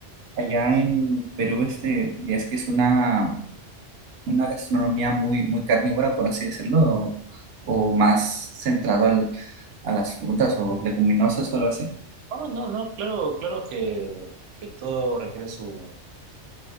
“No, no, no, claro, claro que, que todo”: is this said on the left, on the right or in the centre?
Right